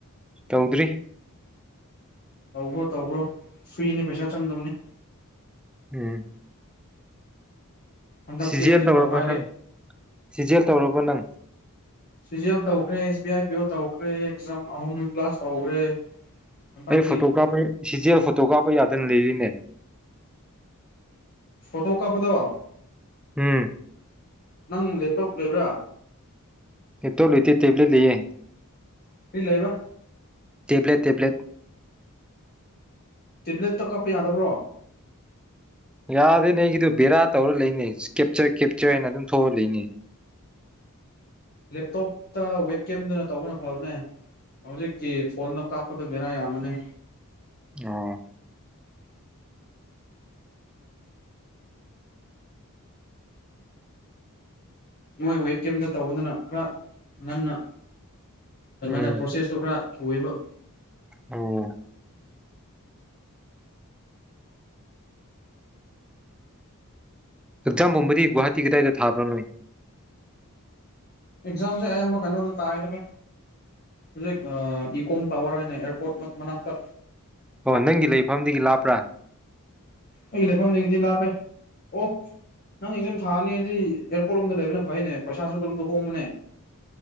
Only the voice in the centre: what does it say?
ꯇꯧꯗ꯭ꯔꯤ
ꯎꯝ
ꯁꯤꯖꯦꯜ
ꯇꯧꯔꯕ
ꯅꯪ ꯁꯤꯖꯦꯜ ꯇꯧꯔꯕ ꯅꯪ
ꯑꯩ ꯐꯣꯇꯣ ꯀꯥꯄ ꯁꯤꯖꯦ ꯐꯣꯇꯣ ꯀꯥꯞꯄ ꯌꯥꯗꯅ ꯂꯩꯔꯤꯅꯦ
ꯎꯝ
ꯇꯣ ꯂꯇ ꯇꯕꯂꯤ ꯂꯌꯦ
ꯇꯦꯄ꯭ꯂꯦꯠ ꯇꯦꯄ꯭ꯂꯦꯠ
ꯌꯥꯗꯦ ꯅꯒꯤꯗꯨ ꯕꯦꯔꯥ ꯇꯧꯔ ꯂꯩꯅꯤ ꯀꯦꯞꯆꯔ ꯀꯦꯞꯆꯔ ꯍꯥꯏꯅ ꯑꯗꯨꯝ ꯊꯣꯛꯑ ꯂꯩꯅꯤ
ꯑꯣ
ꯎꯝ
ꯑꯣ ꯑꯦꯛꯖꯥꯝ ꯍꯨꯝꯕꯗꯤ ꯒꯨꯍꯥꯇꯤ ꯀꯗꯥꯏꯗ ꯊꯥꯕ꯭ꯔꯅꯣꯅꯣ
ꯑꯣ ꯅꯪꯒꯤ ꯂꯩꯐꯝꯗꯒꯤ ꯂꯥꯞꯄ꯭ꯔꯥ